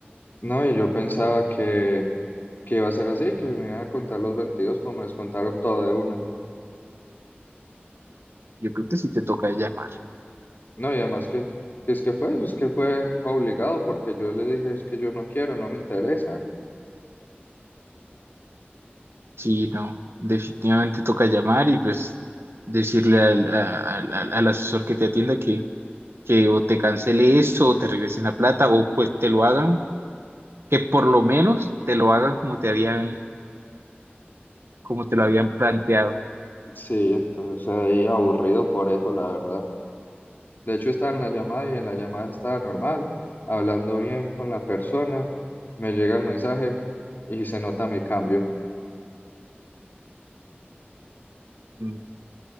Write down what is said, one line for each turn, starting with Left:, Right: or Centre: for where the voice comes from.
Left: No, y yo pensaba que que iba a ser así, que me iban a contar los 22, pues me descontaron todo de una.
Right: Yo creo que sí te toca llamar.
Left: No, y además que, que es que fue, si es que fue obligado, porque yo le dije, es que yo no quiero, no me interesa.
Right: Sí, no, definitivamente toca llamar y pues decirle al, a- al- al- al asesor que te atienda que, que o te cancele eso o te regresen la plata o pues te lo hagan, que por lo menos te lo hagan como te habían, como te lo habían planteado.
Left: Sí, entonces ahí aburrido por eso, la verdad. De hecho, estaba en la llamada y en la llamada estaba normal, hablando bien con la persona, me llega el mensaje y se nota mi cambio.
Right: Mm,